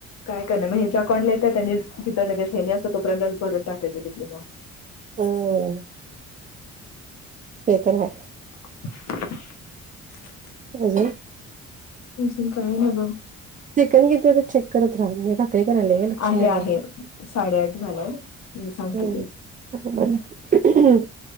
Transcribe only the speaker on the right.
हो. ते तर आहे.
अजे <unintelligible>
चिकन घेते होते चेक करत राहा मी बघ. प्रत्येक रलेग लक्षणे
हम्.
मला